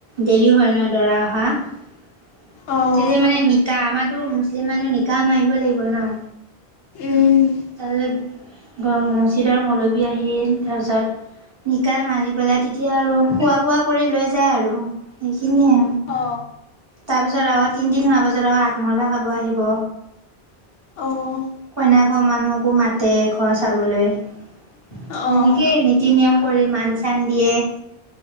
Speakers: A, on the right; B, on the left.
A: দেৰি হয় ন দৰা অহা। তেতিয়া
B: আহ
A: মানে নিকা আমাৰো মুছলিম মানুহ নিকাহ মাৰিব লাগিব ন।
B: উম
A: তাৰপিছত মজিদৰ মলবী আহিল তাৰপিছত নিকা মাৰি পেলাই তেতিয়া আৰু খোৱা বোৱা কৰি লৈ যায় আৰু সেইখিনিয়ে আৰু।
B: অ।
A: তাৰ পিছত আকৌ তিনদিন হোৱা পাছত আকৌ আত মহলা খাব আহিব
B: অ',
A: কইনাক ঘৰ মানুহকো মাতে ঘৰ চাবলৈ সেনেকেই
B: অ',
A: নীতি নিয়ম কৰি মাণ চান দিয়ে।